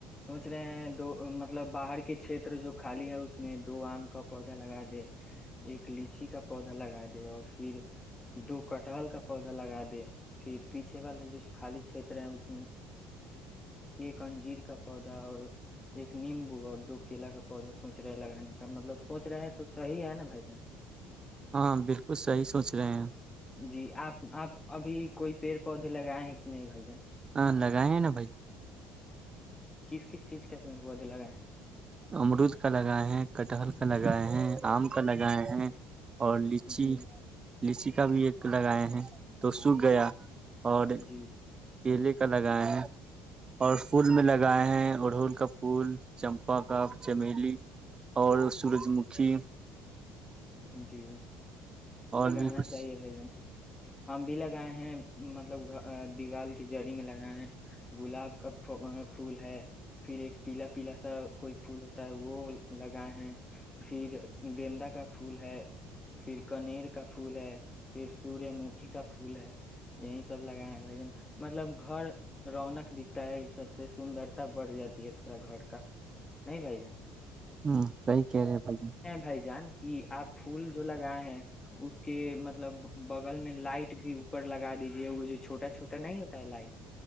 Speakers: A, on the left; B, on the right.
A: سوچ رہے ہیں دو مطلب باہر کے چھتر جو کھالی ہے اس میں دو عام کا پودا لگا دے ایک لیچی کا پودا لگا دیں اور پھر دو کٹا ہلکا پودا لگا دیا پھر پیچھے والے جو خالی پھیر رہے ہیں اس میں ایک انجیر کا پودا اور ایک نیم بو اردو کیلا کا پودا سوچ رہا ہے لگنے کا مطلب سوچ رہا ہے تو صحیح ہے نا بھائی
B: ہاں بالکل صحیح سوچ رہے ہیں
A: جی اپ اپ ابھی کوئی پیر پودے لگائیں کہ نہیں بھائی جان
B: ہاں لگائے ہیں نا
A: کس کس چیز کا پیڑ پودے لگائے
B: امرود کا لگا ہے کٹر لگائے ہیں ام کا لگائے ہیں اور لچی
A: ہیں جی
B: لیچی کا بھی ایک لگائے ہیں تو سو گیا اور
A: جی
B: یہ لے کر لگایا ہے اور سکول میں لگائے ہیں گڈ ہول کا پھول چمپا کا چمیلی اور سورج مکھی
A: جی
B: اور
A: لگانا
B: بھی ہ
A: چاہیے بھائی جان ہم بھی لگائے ہیں مطلب دیوال کے جیری میں لگانا ہے گلاب کا پھول ہے پھر ایک پیلا پیلا سا کوئی پھول ہوتا ہے وہ لگانا ہے پھر گیند کا پھول ہے پھر کنیر کا پھول ہے پھر سور مکھی کا پھول ہے یہی سب لگائے ہیں بھ جن مطلب گھر رونق دکھتا ہے یہ سب سے سندرتا بڑھ جاتی ہے تھوڑا گھر کا نہیں بھ جن
B: ہوں سی کہہ رہے بھائی جن
A: بھائی جان کہ آپ پھول جو لگائے ہیں اس کے مطلب بغل میں لائٹ بھی اوپر لگا دیجے وہ جو چھوٹا چھوٹا نہیں ہوتا ہے لائٹ